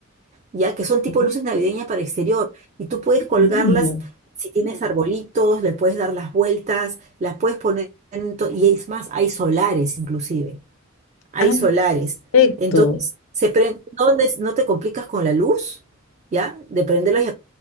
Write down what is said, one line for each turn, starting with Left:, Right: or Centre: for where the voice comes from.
Right: ya que son tipo
Left: Ah,
Right: luces navideñas para exterior, y tú puedes colgarlas.
Left: Lindo.
Right: Si tienes arbolitos, le puedes dar las vueltas, las puedes poner, en to- y es más, hay solares inclusive, hay
Left: Ah,
Right: solares.
Left: perfecto.
Right: Entonces, se prend- no, nes- no te complicas con la luz, ¿ya? De prenderlos y